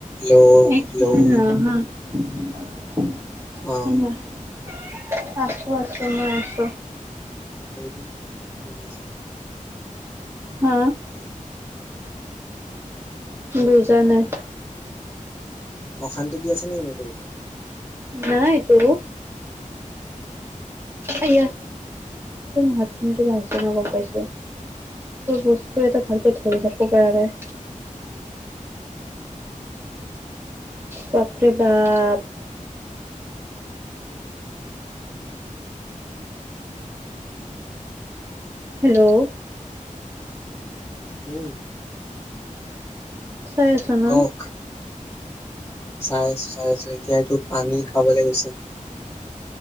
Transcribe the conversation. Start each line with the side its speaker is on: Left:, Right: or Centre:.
Left: Hello
Right: এক
Left: hello
Right: second ৰ হা। <unintelligible>
Left: অ'।
Right: আছো, আছো মই আছো।
Left: <unintelligible> <unintelligible> <unintelligible>
Right: হা
Left: ঠিকে, ঠিকে। <unintelligible>
Right: বুজা নাই
Left: অশান্তি দি আছে, নেকি মেকুৰিটোৱে।
Right: নাই তেওঁ আয়া হাতখন কিবা হৈছে, মই গম পাইছোঁ। বস্তু এটা ভাল পাই থাকব পৰা নাই। বাপৰে বাপ। হেল্ল',
Left: উম',
Right: চাই আছ ন।
Left: কওক চাই আছো। চাই আছো। এতিয়া সেইটো পানী খাব লাগিছিল।